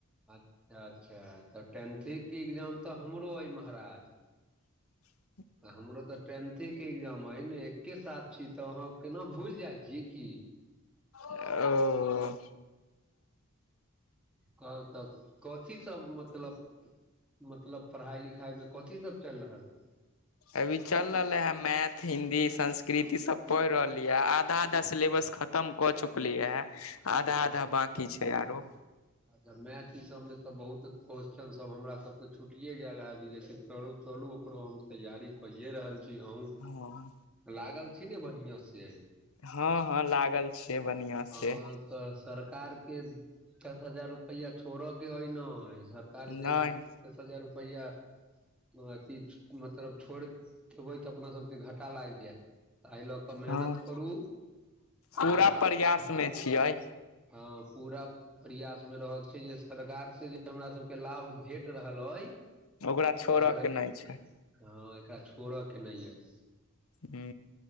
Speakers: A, in the centre; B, on the left.
A: अच्छा अच्छा तऽ टेथे के एग्जाम तऽ हमरो अइ महाराज
B: <inaudible>
A: हमरो तऽ टे अ के एग्जाम हय ने एके साथ छी त अहाँ केना भूल जाइ छियै की
B: ओ
A: कहल तऽ कथी सभ मतलब मतलब पढ़ाई लिखाई मे कथी सभ चल रहल है
B: अभी चल रहले है मैथ हिन्दी संस्कृत ई सभ पढ़ रहली है आधा आधा सिलेबस खत खतम कऽ चुकलियै हे
A: अच्छा
B: आधा
A: अच्छा
B: आधा बकी छै आरो।
A: अच्छा मैथ ईसभमे तऽ बहुत क्वेस चनसभ हमरासके छुटिए गेल हँ अभी लेकिन तरुत चलू ओकरो हम तैयारी कहि रहल छी अ
B: हँ
A: लागल छी ने बढ़िआ से
B: हँ हँ लागल छियै बढ़िआँ
A: ह
B: से
A: तऽ सरकार के दस हजार रुपैआ छोड़ऽ के हइ ने सरकार
B: नहि
A: के दस हजार रुपैआ। अथी मतलब छोड़ि देबै तऽ अपना सभके घाटा लागि जायत तऽ एहि लऽ कऽ मेहनत
B: हँ
A: करू हँ
B: पूरा प्रयास मे छियै
A: पूरा। प्रयास मे रहक छै जे सरकार से जे हमरा सभके लाभ भेट रहल आइ
B: ओकरा छोड़ऽ
A: एकरा
B: के नहि छै
A: हँ एकरा छोड़य के नहि यइ।
B: हू